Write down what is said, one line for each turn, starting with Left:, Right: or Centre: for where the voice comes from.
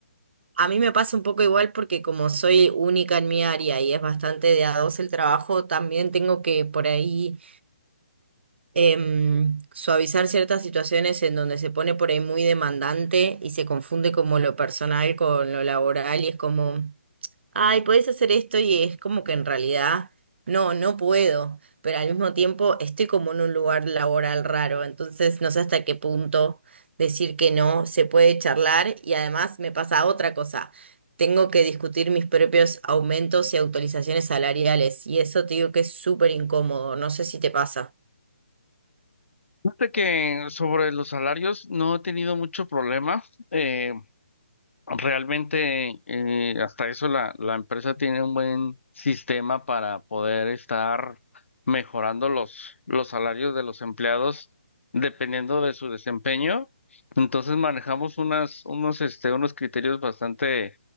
Right: A mí me pasa un poco igual porque como soy única en mi área y es bastante de a dos el trabajo, también tengo que por ahí em, suavizar ciertas situaciones en donde se pone por ahí muy demandante y se confunde como lo personal con lo laboral y es como, ay, podés hacer esto y es como que en realidad no, no puedo, pero al mismo tiempo estoy como en un lugar laboral raro, entonces no sé hasta qué punto decir que no se puede charlar y además me pasa otra cosa. Tengo que discutir mis propios aumentos y actualizaciones salariales, y eso te digo que es súper incómodo. No sé si te pasa.
Left: Fíjate que sobre los salarios no he tenido mucho problema. Eh, realmente eh, hasta eso la, la empresa tiene un buen sistema para poder estar mejorando los, los salarios de los empleados dependiendo de su desempeño. Entonces manejamos unas, unos, este, unos criterios bastante,